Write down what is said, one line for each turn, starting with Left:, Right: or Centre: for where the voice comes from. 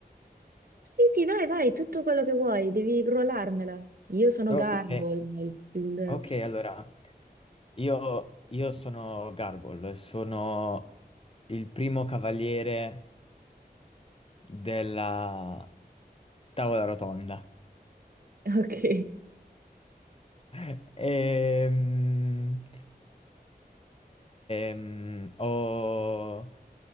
Right: Sì, sì, vai, vai, tutto quello che vuoi, devi ruolarmela. Io sono
Left: Ok,
Right: Garbo, il, il-
Left: ok, allora. Io, io sono Garble, sono il primo cavaliere della tavola rotonda.
Right: Ok.
Left: <laughs> Ehm, ehm, ho,